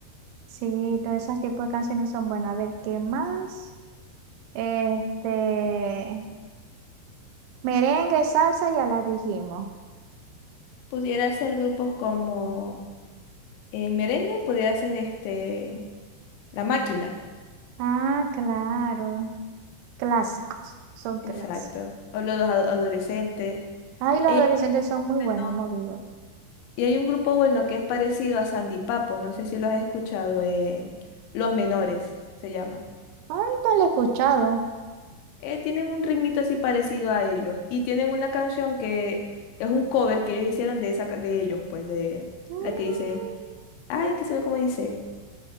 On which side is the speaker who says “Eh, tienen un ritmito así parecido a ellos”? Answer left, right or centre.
Left